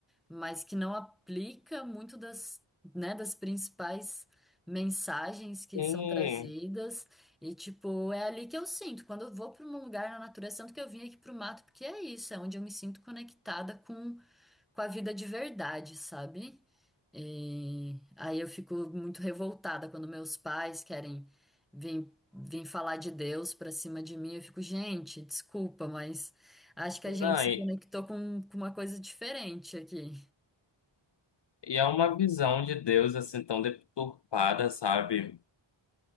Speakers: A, in the centre; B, on the left.
A: mas que não aplica muito das, né, das principais mensagens que
B: Sim.
A: são trazidas. E, tipo, é ali que eu sinto. Quando eu vou para um lugar na natureza, tanto que eu vim aqui pro mato, porque é isso, é onde eu me sinto conectada com, com a vida de verdade, sabe? E aí eu fico muito revoltada quando meus pais querem vir, vir falar de Deus pra cima de mim. Eu fico, gente, desculpa, mas acho que a gente
B: Não,
A: se
B: e,
A: conectou com, com uma coisa diferente aqui.
B: e é uma visão de Deus assim tão deturpada, sabe?